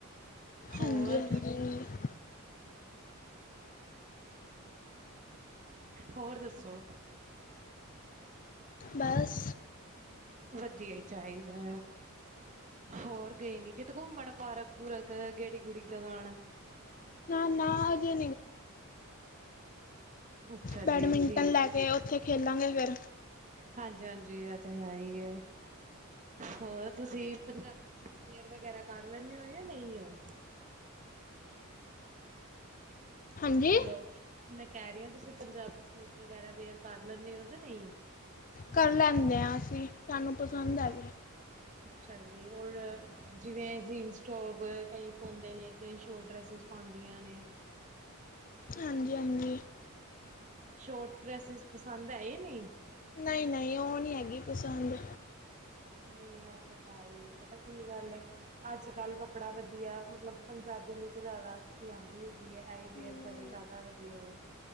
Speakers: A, on the right; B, on the left.
A: ਹੋਰ
B: ਹਾਂਜੀ ਹਾਂਜੀ
A: ਹੋਰ ਦੱਸੋ?
B: ਬਸ
A: ਵਧੀਆ ਈ ਚਾਹੀਦਾ। ਹੋਰ ਗਏ ਨੀ ਕਿਤੇ ਘੁੰਮਣ, ਪਾਰਕ-ਪੂਰਕ, ਗੇੜੀ-ਗੁੜੀ ਲਗਾਣ।
B: ਨਾ-ਨਾ, ਅਜੇ
A: ਅੱਛਾ ਜੀ
B: ਬੈਡਮੀਂਟਨ
A: ਠੀਕ
B: ਲੈਕੇ, ਉੱਥੇ ਖੇਲਾਂਗੇ ਫਿਰ।
A: ਹਾਂਜੀ-ਹਾਂਜੀ, ਐ, ਤੇ ਹੈਈ ਏ। ਹੋਰ, ਤੁਸੀ ਪੰਜਾਬੀ ਸੂਟ ਵਿਅਰ ਵਗੈਰਾ ਕਰ ਲੈਂਦੇ ਹੋ ਯਾ ਨਹੀਓ?
B: ਹਾਂਜੀ
A: ਹੈਲੋ। ਮੈਂ ਕਹਿ ਰਹੀ ਹਾਂ, ਤੁਸੀ ਪੰਜਾਬੀ ਸੂਟ ਵਗੈਰਾ ਵੇਅਰ ਕਰ ਲੈਂਨੇ ਹੋ ਜਾ ਨਹੀ?
B: ਕਰ ਲੈਂਨੇ ਹਾਂ ਅਸੀਂ, ਸਾਨੂੰ ਪਸੰਦ ਹੈਗੇ।
A: ਅੱਛਾ ਜੀ, ਔਰ ਜਿਵੇਂ ਜੀਨਸ ਟੋਪ ਕਈ ਪਾਉਂਦੇ ਨੇ, ਕਈ ਸ਼ੋਰਟ ਡਰੈਸਿਸ ਪਾਂਦੀਆਂ ਨੇ।
B: ਹਾਂਜੀ ਹਾਂਜੀ
A: ਸ਼ੋਰਟ ਡਰੈਸਿਸ ਪਸੰਦ ਹੈ ਯਾ ਨਹੀਂ?
B: ਨਹੀਂ-ਨਹੀਂ, ਉਹ ਨਹੀਂ ਹੈਗੀ ਪਸੰਦ।
A: ਅੱਛਾ ਜੀ, ਨਹੀਂ ਉਹ ਤੇ ਹੈਹੀ ਏ, ਪਤਾ ਕੀ ਗੱਲ ਏ, ਅੱਜ-ਕੱਲ ਕੱਪੜਾ ਵਧੀਆ, ਮਤਲਬ ਪੰਜਾਬੀ ਲੁੱਕ ਜ਼ਿਆਦਾ ਅੱਛੀ ਆਂਦੀ ਹੈਗੀ ਏ, ਐਈ ਵਿਅਰ
B: ਹਮ,
A: ਕਰੇ ਜ਼ਿਆਦਾ ਵਧੀਆ ਏ।